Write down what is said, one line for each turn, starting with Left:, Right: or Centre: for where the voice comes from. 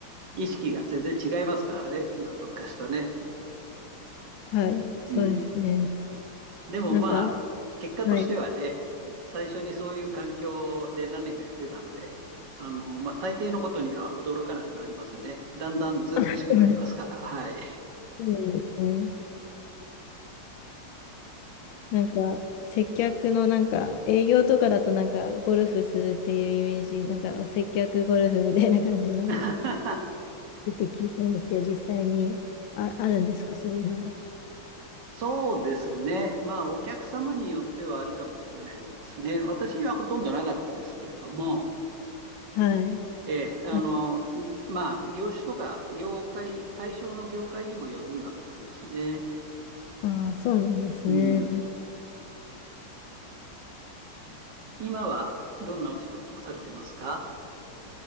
Right: 意識が全然違いますからね今と昔とね。
Left: はい。そうですね。
Right: うんでもまあ、
Left: なんか、
Right: 結果としてはね、
Left: はい。
Right: 最初にそういう環境で何年かやってたんで、あの、まあ、大抵のことには驚かなくなりますね。だんだんずうずうしくなりますから、
Left: <laughs> うん
Right: はい。
Left: そうなんですね。なんか、接客のなんか、営業とかだとなんか、ゴルフするっていうイメージ、なんか、接客ゴルフみたいな感じのも
Right: <laughs>
Left: 出て聞いたんですけど、実際にあ、あるんですか、そういうのも。
Right: そうですね。まあ、お客様によってはあるかもしれないですね。私はほとんどなかったですけれども、
Left: はい。
Right: ええ、あの、
Left: あ、
Right: まあ、業種とか業界、対象の業界にもよるんだと思いますね。
Left: ああ、そうなんですね。
Right: うん。今はどんなお仕事をされてますか